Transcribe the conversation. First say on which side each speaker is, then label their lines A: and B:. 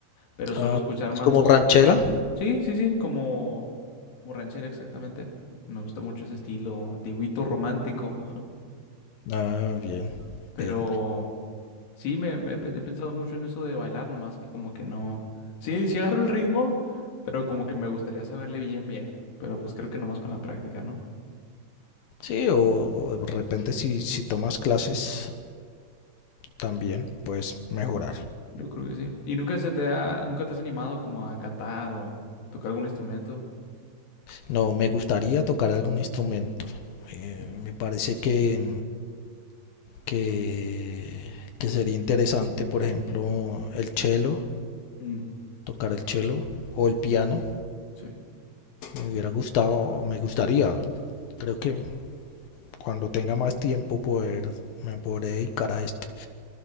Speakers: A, on the left (about 85°); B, on the left (about 70°).
A: Pero suelo
B: Ah,
A: escuchar
B: ¿más
A: más
B: como
A: música.
B: ranchera?
A: Sí, sí, sí, como, como ranchera exactamente. Me gusta mucho ese estilo, antiguito, romántico.
B: Ah, bien,
A: Pero...
B: bien.
A: Sí, me, me he pe- he pensado mucho en eso de bailar, nomás que como que no. Sí, sí agarro el ritmo, pero como que me gustaría saberle bien, bien. Pero pues creo que nomás con la práctica, ¿no?
B: Sí, o, o de repente si, si tomas clases también puedes mejorar.
A: Yo creo que sí. ¿Y nunca se te ha, nunca te has animado como a cantar o tocar algún instrumento?
B: No, me gustaría tocar algún instrumento. Eh,
A: Mm.
B: me parece que, que, que sería interesante, por ejemplo, el cello,
A: Mm,
B: tocar el cello o el
A: Sí,
B: piano.
A: sí,
B: Me hubiera gustado, o me gustaría. Creo que cuando tenga más tiempo poder, me podré dedicar a esto.